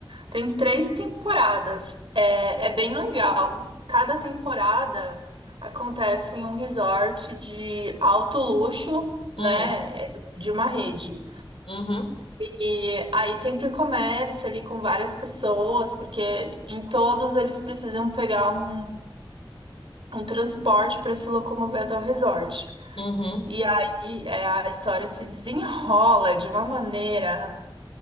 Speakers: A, on the right; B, on the left.
A: Tem três temporadas, é, é bem legal. Cada temporada acontece em um resort de alto luxo, né,
B: Hum,
A: é, de uma rede.
B: uhum,
A: E aí sempre começa ali com várias pessoas, porque em todos eles precisam pegar um um transporte para se locomover até o resort.
B: uhum,
A: E aí é, a história se desenrola de uma maneira